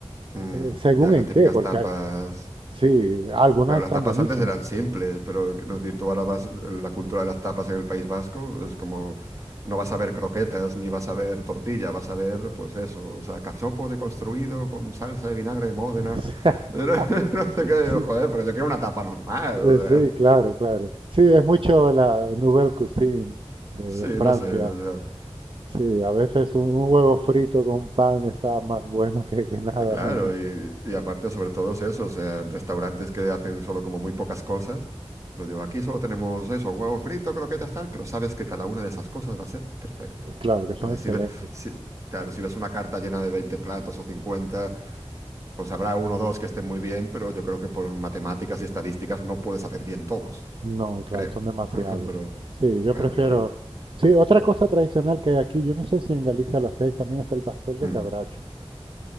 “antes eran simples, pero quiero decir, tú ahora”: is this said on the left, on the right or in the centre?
Right